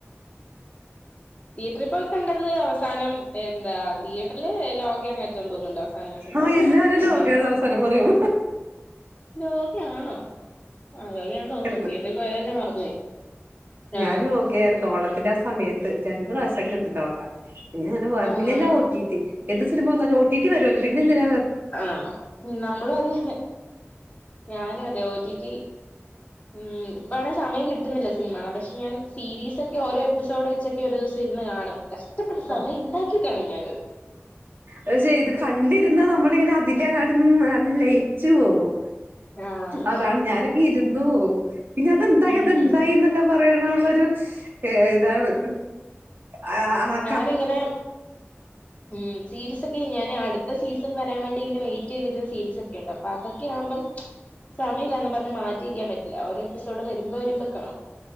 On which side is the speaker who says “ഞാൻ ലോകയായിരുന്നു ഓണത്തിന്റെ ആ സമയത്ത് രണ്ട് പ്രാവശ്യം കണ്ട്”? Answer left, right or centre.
Right